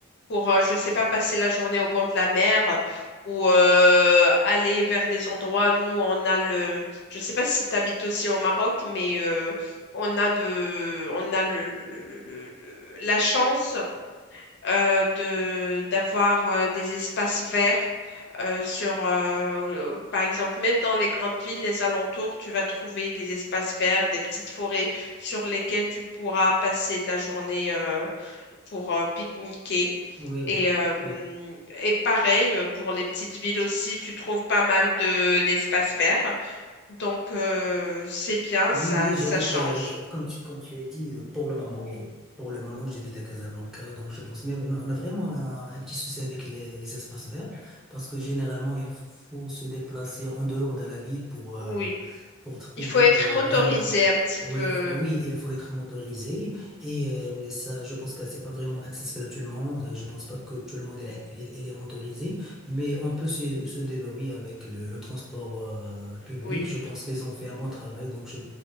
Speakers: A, on the left (about 55°); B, in the centre.
A: pour, euh, je sais pas, passer la journée au bord de la mer ou euh, aller vers des endroits, nous, on a le... Je sais pas si tu habites aussi au Maroc, mais euh, on a de... on a le, le- le- le- le- la chance euh, de d'avoir euh, des espaces verts euh, sur, euh, euh, par exemple, même dans les grandes villes, les alentours, tu vas trouver des espaces verts, des petites forêts sur lesquelles tu pourras passer ta journée euh, pour euh, pique-niquer.
B: Oui, oui.
A: Et, euh, hum,
B: oui.
A: et pareil, euh, pour les petites villes aussi, tu trouves pas mal de d'espaces verts. Donc, euh, c'est bien,
B: Oui,
A: ça,
B: oui, j'habite,
A: ça change.
B: euh, comme tu, comme tu as dit, euh, pour le moment, oui. Pour le moment, j'habite à Casablanca, donc je pense, mais on a on a vraiment un, un petit souci avec les, les espaces verts, parce que généralement, il faut se déplacer en dehors de la ville pour, euh,
A: Oui,
B: pour trouver
A: il faut être
B: de vraiment,
A: motorisé un petit peu.
B: oui, il faut, oui, il faut être motorisé, et euh, ça, je pense que c'est pas vraiment accessible à tout le monde, je pense pas que tout le monde est, là- il- il est motorisé, mais on peut se, se débrouiller avec le, le transport euh, public,
A: Oui.
B: je pense qu'ils ont fait un bon travail, donc je